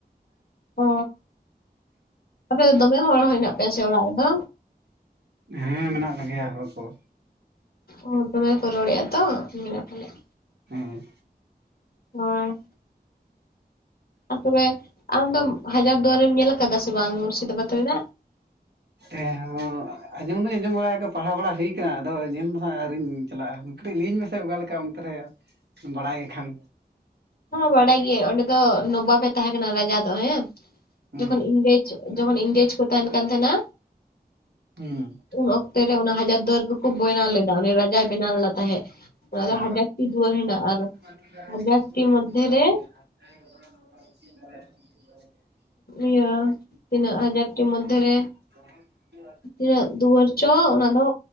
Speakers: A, on the left (about 65°); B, on the right (about 85°).
A: ᱚ, ᱟᱯᱮ ᱫᱚ ᱫᱚᱢᱮ ᱦᱚᱲ ᱦᱮᱱᱟᱜ ᱯᱮᱭᱟ ᱥᱮ ᱚᱲᱟᱜ ᱨᱮᱫᱚ?
B: ᱦᱮᱸ ᱢᱮᱱᱟᱜ ᱞᱮᱜᱮᱭᱟ ᱦᱚᱲ ᱠᱚ
A: ᱦᱚᱲ ᱫᱚᱢᱮ ᱠᱚ ᱨᱚᱲ ᱮᱜ-ᱟ ᱛᱚ <unintelligible>
B: ᱦᱮᱸ
A: ᱦᱳᱭ ᱟᱨ ᱛᱚᱵᱮ ᱟᱢ ᱫᱚᱢ ᱦᱟᱡᱟᱨ ᱫᱩᱣᱟᱨᱮᱢ ᱧᱮᱞ ᱠᱟᱫᱟ ᱥᱮ ᱵᱟᱝ ᱢᱩᱨᱥᱤᱫᱟᱵᱟᱫᱽ ᱨᱮᱱᱟᱜ?
B: ᱦᱮᱸ ᱟᱸᱡᱚᱢ ᱫᱩᱧ ᱟᱸᱡᱚᱢ ᱵᱟᱲᱟ ᱯᱟᱲᱦᱟᱣ ᱵᱟᱲᱟ ᱦᱩᱭᱩ ᱠᱟᱱᱟ ᱾ ᱟᱫᱚ ᱧᱮᱞ ᱫᱚ ᱦᱟᱸᱜ ᱟᱹᱣᱨᱤᱧ ᱪᱟᱞᱟᱜ-ᱟ᱾ ᱠᱟᱹᱴᱤᱡ ᱞᱟᱹᱭᱟᱹᱧ ᱢᱮᱥᱮ ᱚᱠᱟ ᱞᱮᱠᱟ ᱚᱱᱛᱮ ᱨᱮ ᱵᱟᱲᱟᱭ ᱠᱷᱟᱱ
A: ᱦᱚᱸ ᱵᱟᱰᱟᱭ ᱜᱮᱭᱟᱹᱧ ᱚᱸᱰᱮ ᱫᱚ ᱱᱚᱵᱟᱵ ᱮ ᱛᱟᱦᱮᱸ ᱠᱟᱱᱟ ᱨᱟᱡᱟ ᱫᱚ ᱦᱮᱸ
B: ᱦᱩᱸ
A: ᱡᱚᱠᱷᱚᱱ ᱤᱝᱨᱮᱡᱽ ᱡᱚᱠᱷᱚᱱ ᱤᱝᱜᱮᱡᱽ ᱠᱚ ᱛᱟᱦᱮᱱ ᱠᱟᱱ ᱛᱟᱦᱮᱱᱟ
B: ᱦᱩᱸ
A: ᱩᱱ ᱚᱠᱛᱮ ᱨᱮ᱾ ᱚᱱᱟ ᱦᱟᱡᱟᱨ ᱫᱩᱭᱟᱹᱨ ᱫᱚᱠᱚ ᱵᱮᱭᱱᱟᱣ ᱞᱮᱫᱟ᱾ ᱩᱱᱤ ᱨᱟᱡᱟᱭ ᱵᱮᱱᱟᱣ ᱞᱮᱫᱟ ᱛᱟᱦᱮᱸᱫ ᱚᱱᱟᱫᱚ
B: ᱚ
A: ᱦᱟᱡᱟᱨ ᱴᱤ ᱫᱩᱣᱟᱹᱨ ᱦᱮᱱᱟᱜ-ᱟ ᱟᱨ
B: <unintelligible>
A: ᱦᱟᱡᱟᱨᱴᱤ ᱢᱚᱫᱽᱫᱷᱮ ᱨᱮ ᱤᱭᱟᱹ ᱛᱤᱱᱟᱹᱜ ᱦᱟᱡᱟᱨ ᱴᱤ ᱢᱚᱫᱫᱷᱮ ᱨᱮ
B: <unintelligible>
A: ᱛᱤᱱᱟᱹᱜ ᱫᱩᱣᱟᱹᱨ ᱪᱚ ᱚᱱᱟ ᱫᱚ